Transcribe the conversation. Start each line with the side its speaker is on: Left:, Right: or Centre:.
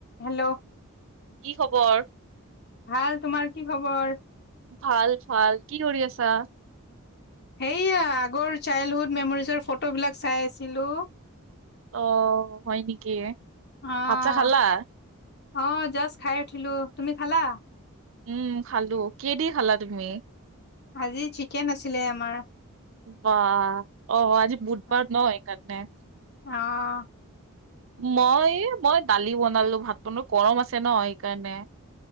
Left: Hello,
Right: কি খবৰ?
Left: ভাল। তোমাৰ কি খবৰ?
Right: ভাল ভাল। কি কৰি আছা?
Left: সেয়া আগৰ চাইল্ডহুড মেমৰিজৰ ফটোবিলাক চাই আছিলো।
Right: অ হয় নেকি।
Left: অ',
Right: ভাত চাত খালা?
Left: অ জাষ্ট খাই উঠিলো। তুমি খালা?
Right: উম খালো। কিহেদি খালা তুমি?
Left: আজি চিকেন আছিলে আমাৰ।
Right: বাহ অ আজি বুধবাৰ
Left: অ'।
Right: নহ সেইকাৰণে
Left: অ',
Right: মই মই দালি বনালো ভাতটো ন গৰম আছে ন সেইকাৰণে।